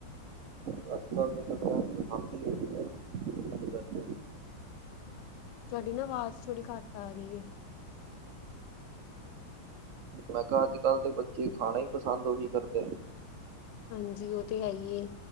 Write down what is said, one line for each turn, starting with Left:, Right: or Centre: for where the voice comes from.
Right: <unintelligible> ਹੀ ਹੋਈ ਹੈ ਕੀ ਕਰੀਏ
Left: ਤੁਹਾਡੀ ਨਾ ਆਵਾਜ਼ ਥੋੜੀ ਘੱਟ ਆ ਰਹੀ ਏ
Right: ਮੈਂ ਕਿਹਾ ਅੱਜ ਕੱਲ੍ਹ ਦੇ ਬੱਚੇ ਖਾਣਾ ਹੀ ਪਸੰਦ ਉਹੀ ਕਰਦੇ ਨੇ
Left: ਹਾਂਜੀ ਉਹ ਤੇ ਹੈ ਈ ਏ